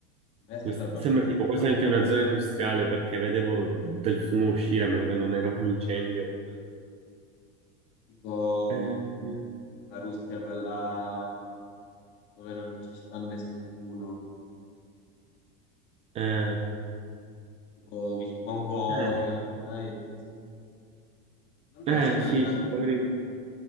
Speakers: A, on the left (about 40°); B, on the right (about 20°).
A: A me sembra
B: Quest-
A: proprio
B: Sembra
A: Russia.
B: tipo quasi anche una zona industriale perché vedevo del fumo uscire, a meno che non era un incendio.
A: Tipo
B: Eh,
A: mm,
B: eh,
A: la Russia, quella dove non ci sta nessuno.
B: eh,
A: Tipo vic- Mongolia,
B: eh,
A: sai, non so. Andò
B: eh,
A: c'è una
B: sì,
A: grande
B: sì,
A: città,
B: magari.